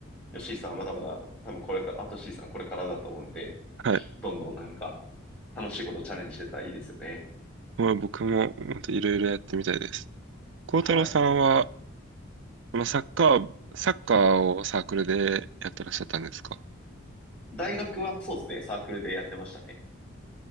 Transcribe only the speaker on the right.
はい。
まあ僕も本当いろいろやってみたいです。幸太郎さんは、
まあ、サッカー、サッカーをサークルでやってらっしゃったんですか